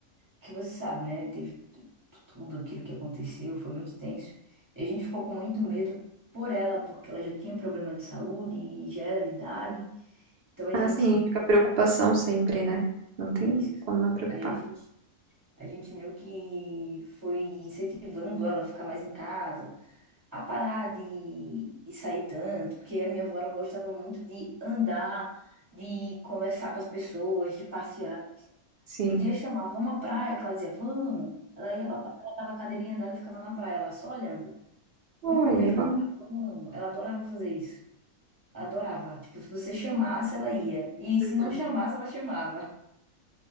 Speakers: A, on the right; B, on the right.
A: que você sabe, né? Teve tu- tudo aquilo que aconteceu, foi muito tenso. E a gente ficou com muito medo por ela, porque ela já tinha problema de saúde e já era de idade. Então a
B: Ah,
A: gente,
B: sim. Fica preocupação sempre, né? Não tem
A: isso,
B: como não preocupar.
A: aí a gente, a gente meio que foi incentivando ela a ficar mais em casa, a parar de, de sair tanto, porque a minha avó ela gostava muito de andar, de conversar com as pessoas, de passear.
B: Sim.
A: Podia chamar, vamos à praia, que ela dizia, vamos. Ela ia pra praia, ela dava a cadeirinha dela e ficava na praia, ela só olhando.
B: Oi,
A: Vamos comer
B: é
A: fora?
B: bom.
A: Vamos. Ela adorava fazer isso. Ela adorava. Tipo, se você chamasse, ela ia. E
B: Uhum.
A: se não chamasse, ela chamava.